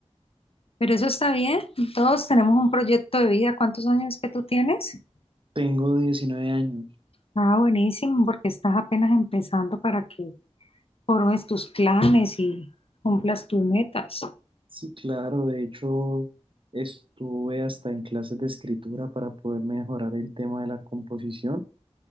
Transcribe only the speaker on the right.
Tengo 19 años.
Sí, claro. De hecho, estuve hasta en clases de escritura para poder mejorar el tema de la composición